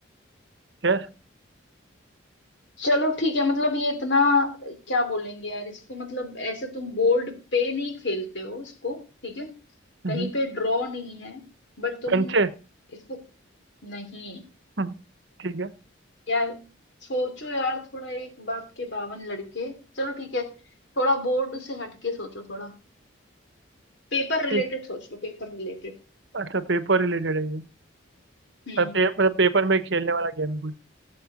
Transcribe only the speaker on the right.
यस
हम्म,
कंचे
हम्म, ठीक है
ठीक।
अच्छा पेपर रिलेटेड है ये
और पे, मतलब पेपर में खेलने वाला गेम है कोई